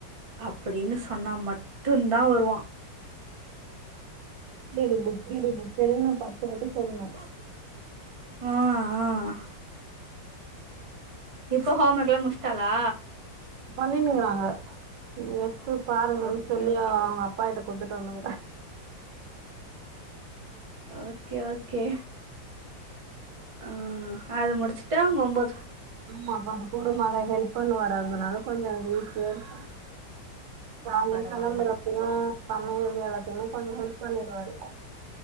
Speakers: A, on the right; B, on the right.
A: அப்டின்னு சொன்னா மட்டு தான் வருவா
B: புக்கெடு புக்கெடு புக் எடுன்னு நா பத்து வாட்டி சொல்லணு
A: ம் ஆ ஆஹ் இப்ப ஹோம் ஓர்க் எல்லாம் முடிச்சிட்டாலா
B: பண்ணனுங்கறாங்க எடுத்து பாருங்கன்னு
A: ஓகே
B: சொல்லி
A: ஓகே
B: அவங்க அப் பாட்ட கொடுத்துட்டு வந்தோங்க
A: ஓகே ஓகே ஆ அத முடிச்சுட்டா மோம்போது
B: ஆம்மா கொஞ்சோ கூட மாட ஹெல்ப் பண்ணுவாரு அதனால கொஞ்சோ எனக்கு ஈசியாருக்கு காலைல
A: பரவால்ல
B: கெளம்பறப்பையும் சமையல் வேலக்யு கொஞ்சோ ஹெல்ப் பண்ணிடுவாரு